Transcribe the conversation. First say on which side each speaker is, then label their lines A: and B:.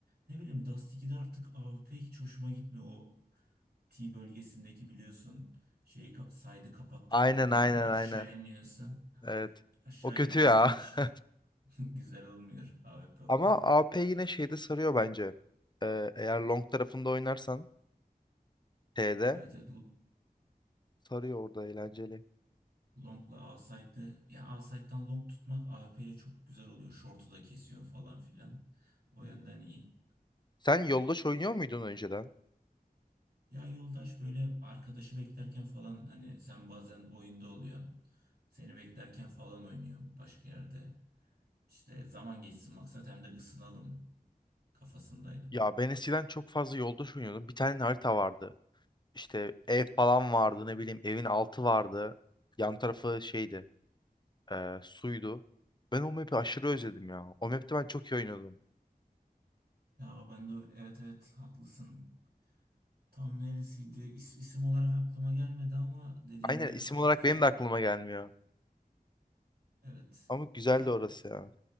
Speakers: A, on the right; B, on the left.
A: ne bileyim Dust2'de artık A W P hiç hoşuma gitmiyor. O T bölgesindeki biliyorsun şeyi ka- side'ı kapattıklarından
B: Aynen aynen
A: beri aşağı
B: aynen.
A: iniyorsun.
B: Evet.
A: Aşağı
B: O kötü
A: iniyorsun
B: ya.
A: hiç
B: <laughs>
A: <laughs> güzel olmuyor AWP orada.
B: Ama AP yine şeyde sarıyor bence. Ee, eğer long tarafında oynarsan T'de
A: Evet, evet L-
B: sarıyor orada eğlenceli.
A: Long'la A-Side'de yani A-Side'dan Long tutmak AWP ile çok güzel oluyor. Short'u da kesiyor falan filan. O
B: Hmm.
A: yönden iyi.
B: Sen yoldaş oynuyor muydun önceden?
A: Ya yoldaş böyle arkadaşı beklerken falan hani sen bazen oyunda oluyorsun. Seni beklerken falan oynuyorum başka yerde. İşte zaman geçsin maksat hem de ısınalım kafasındaydım.
B: Ya ben eskiden çok fazla yoldaş oynuyordum. Bir tane harita vardı. İşte ev falan vardı ne bileyim evin altı vardı. Yan tarafı şeydi e, suydu. Ben o map'i aşırı özledim ya. O map'te ben çok iyi oynuyordum.
A: Ya ben de evet evet haklısın. Tam neresiydi? İs- isim olarak aklıma gelmedi ama dediğin
B: Aynen
A: rap
B: isim
A: çok
B: olarak benim
A: iyiydi.
B: de aklıma gelmiyor.
A: Evet.
B: Ama güzeldi
A: Ya
B: orası ya.